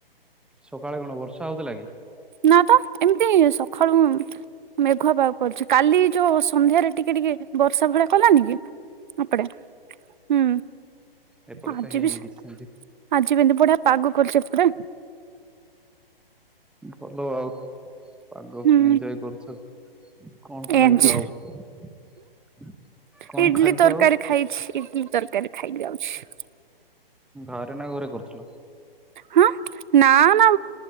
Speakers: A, in the centre; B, on the right.
A: ସକାଳେ କଣ ବର୍ଷା ହଉଥିଲା କି?
B: ନା ତ ଏମିତି ହିଁ ସକାଳୁ ମେଘୁଆ ପାାଗ କରୁଛି କାଲି ଯୋଉ ସନ୍ଧ୍ୟାରେ ଟିକେ ଟିକେ ବର୍ଷା ଭଳିଆ କଲାନି କି ଏପଟେ ହୁଁ
A: ଏପଟେ
B: ଆଜି
A: ତ ହେଇନି
B: ବି
A: କିଛି ସେମିତି
B: ଆଜିିବି ହିତି ବଢ଼ିଆ ପାଗ କରୁଛି ଏପଟେ
A: ଭଲ ଆଉ ପାଗ
B: ହୁଁ
A: କୁ ଇଞ୍ଜୋୟ୍ କରୁଛ। କଣ ଖାଇଛ
B: ଏମତି
A: ଆଉ? କଣ
B: ଇଡଲି
A: ଖାଇଛ
B: ତରକାରୀ
A: ଆଉ?
B: ଖାଇଛି ଇଟିଲି ତରକାରୀ ଖାଇ କି ଆଉଛି।
A: ଘରେ ନା ଘରେ କରୁଥିଲ?
B: ହଁା ନା ନା